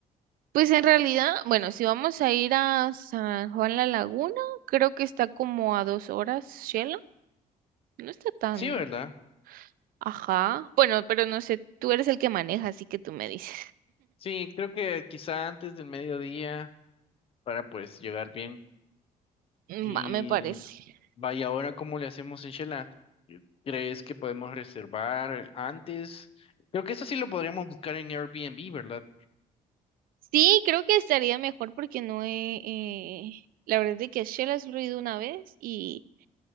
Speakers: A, on the right (about 75°); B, on the left (about 40°).
A: Pues en realidad, bueno, si vamos a ir a San Juan La Laguna, creo que está como a dos horas, Shela. No está tan...
B: Sí, ¿verdad?
A: Ajá. Bueno, pero no sé, tú eres el que maneja, así que tú me dices.
B: Sí, creo que quizá antes del mediodía para pues llegar bien.
A: <laughs>
B: Y
A: Va, me parece.
B: vaya, ahora cómo le hacemos en Shela. ¿Crees que podemos reservar antes? Creo que eso sí lo podríamos buscar en Airbnb, ¿verdad?
A: Sí, creo que estaría mejor porque no he... eh, La verdad es de que a Shela solo he ido una vez y,